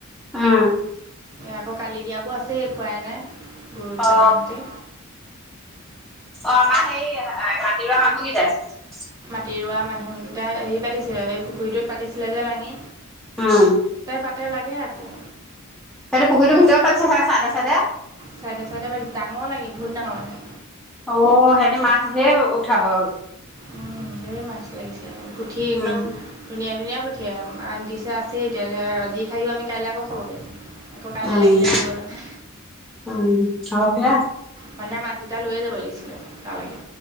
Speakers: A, in the centre; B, on the right (about 15°).
A: উম।
B: আকৌ কালি দিয়াবোৰ আছেই খুৱাই নাই গৰু দুটামানৰহতে
A: অ অ আমাৰ সেই মাটি ৰোৱা মানুহ কিটাই
B: মাতি ৰোৱা মানুহকেইটা হেৰি পাতিছিলে এই পুখুৰীটোত পাতিছিলে যে লাঙি
A: উম
B: তাতে লাগে আকৌ
A: তাহাতি পুখুৰীটো ভিতৰত পাতিছে চাগে চাইদে চাইদে
B: চাইডে ডাঙৰ লাঙি বহুত ডাঙৰ লাগে
A: অ সিহঁতে মাছ ধেৰ উঠাব
B: উম ধেৰ মাছ লাগিছে পুঠি একদম
A: উম
B: ধুনীয়া ধুনীয়া পুঠি একদম দিছে আছে এতিয়া আজি খায়ও আমি কাইলৈ আকৌ খাব পাৰিম আকৌ কাইলৈ
A: উম
B: লাগিলে দিব নহয়
A: উম হওক দিয়া
B: সৈদিনা মাছগিটা লৈয়ে যাব লাগিছিলে তালৈকে